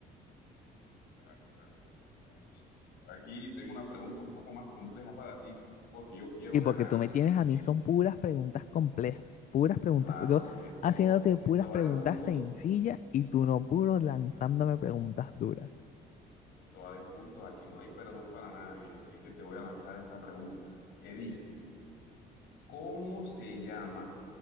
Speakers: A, on the left; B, on the left.
A: Claro, claro, claro, claro que sí. Aquí tengo una pregunta un poco más compleja para ti porque yo quiero
B: Sí,
A: ganar.
B: porque tú me tienes
A: Así
B: a
A: que,
B: mí, son puras preguntas complejas, puras preguntas,
A: claro,
B: yo
A: porque esto,
B: haciéndote
A: esto
B: puras
A: va
B: preguntas
A: de puntos.
B: sencillas y tú no puro lanzándome preguntas duras.
A: Esto va de puntos. Aquí no hay perdón para nadie. Así que te voy a lanzar esta pregunta. ¿Qué dice? ¿Cómo se llama